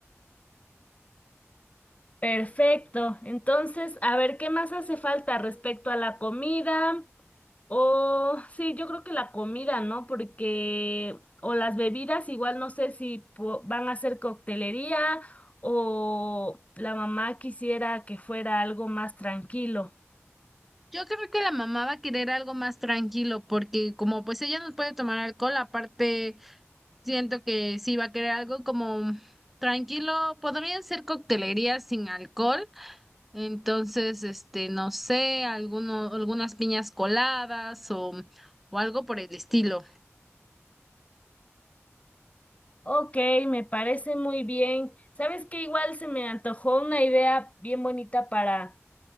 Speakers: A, on the left (about 30°); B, in the centre.
A: Perfecto. Entonces, a ver, ¿qué más hace falta respecto a la comida? O sí, yo creo que la comida, ¿no? Porque, o las bebidas, igual no sé si po- van a hacer coctelería o la mamá quisiera que fuera algo más tranquilo.
B: Yo creo que la mamá va a querer algo más tranquilo porque como pues ella no puede tomar alcohol, aparte Siento que sí va a querer algo como tranquilo, podrían ser coctelerías sin alcohol, entonces, este, no sé, alguno, algunas piñas coladas o, o algo por el estilo.
A: Ok, me parece muy bien. ¿Sabes qué? Igual se me antojó una idea bien bonita para